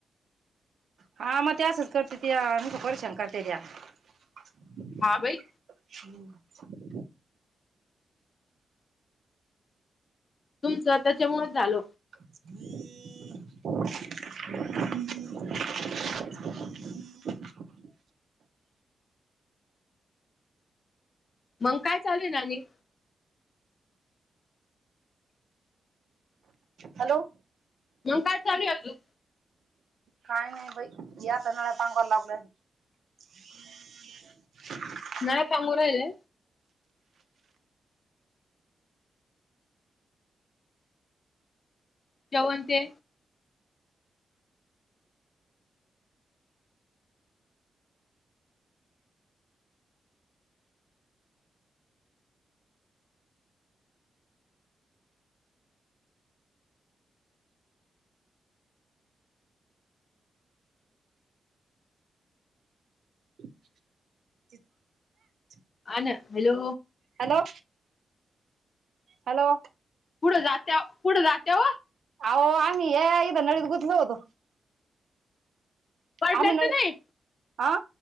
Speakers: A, on the right; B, on the left.
A: हा मग त्या असच करते त्या नुसत परीशान करते त्या <unintelligible>
B: हा बाई तुमचं त्याच्यामुळेच झाल
A: <unintelligible> <unintelligible>
B: मग काय चालू ना आणिक
A: हॅलो
B: मग काय चालू अजून
A: काही नाही बाई या येणार सांगा लागलंय <unintelligible>
B: नाही पांगु राहिले जेवण ते
A: <unintelligible>
B: आ ना हॅलो
A: हॅलो, हॅलो
B: कुढं जात्याव कुठं जात्याव
A: अहो आम्ही या इथ नळीत गुथलो होतो
B: पडल्या
A: आम्ही न
B: तर नाही
A: आ